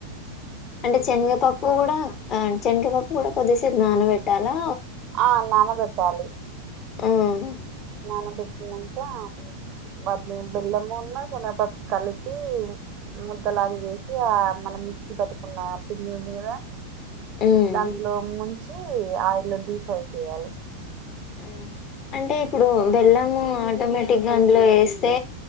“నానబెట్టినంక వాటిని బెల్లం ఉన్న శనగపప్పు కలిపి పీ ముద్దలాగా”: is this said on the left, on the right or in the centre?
Right